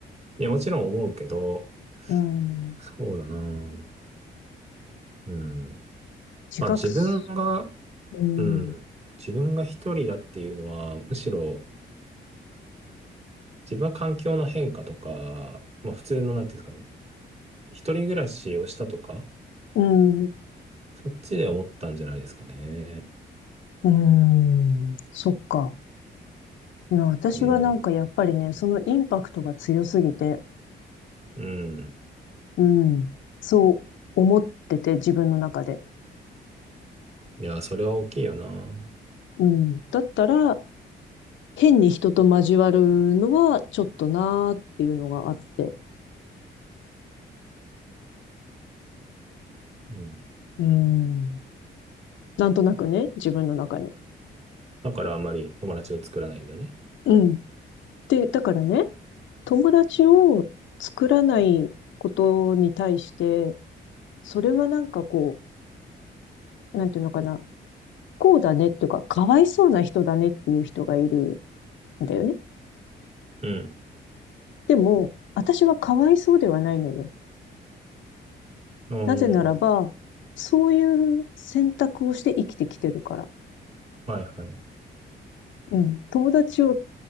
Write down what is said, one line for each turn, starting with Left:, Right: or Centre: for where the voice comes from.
Right: いや、もちろん思うけど、
Left: うん、
Right: そうだな。うん。
Left: 自覚す、
Right: まあ、自分が、
Left: うん、
Right: うん。自分が一人だっていうのは、むしろ、自分は環境の変化とか、まあ、普通の、なんていうんですかね。一人暮らしをしたとか、
Left: うん、
Right: そっちで思ったんじゃないですかね。
Left: うん、そっか。うん私はなんかやっぱりね、
Right: うん
Left: そのインパクトが強すぎて、
Right: うん。
Left: うん。そう思ってて、自分の中で。
Right: いや、それは大きいよな。
Left: うん。だったら、変に人と交わるのはちょっとなーっていうのがあって。
Right: うん。
Left: うん。なんとなくね、自分の中に。
Right: だからあまり友達を作らないんだね。
Left: うん。で、だからね、友達を作らないことに対して、それはなんかこう、なんていうのかな、こうだねっていうか、かわいそうな人だねっていう人がいるんだよね。
Right: うん。
Left: でも、私はかわいそうではないのよ。
Right: うー
Left: なぜならば、
Right: ん。
Left: そういう選択をして生きてきてるから。
Right: はいはい。
Left: うん。友達を